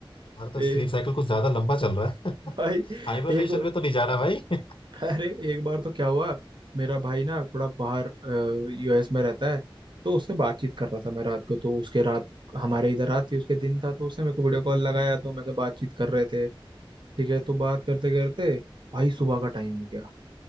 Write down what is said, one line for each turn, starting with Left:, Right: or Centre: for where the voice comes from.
Left: तुम्हारा तो
Right: ए
Left: स्लीप साइकिल कुछ ज्यादा लंबा चल रहा है
Right: <laughs> भाई
Left: हाइबरनेशन
Right: एक
Left: में तो नहीं जा रहा भाई
Right: अरे एक बार तो क्या हुआ मेरा भाई ना थोड़ा बाहर यूएस में रहता है तो उससे बातचीत कर रहा था मैं रात को तो उसके रात हमारे इधर रात थी उसके दिन था तो उसने मेरे को वीडियो कॉल लगाया तो मेरे से बातचीत कर रहे थे ठीक है तो बात करते करते भाई सुबह का टाइम हो गया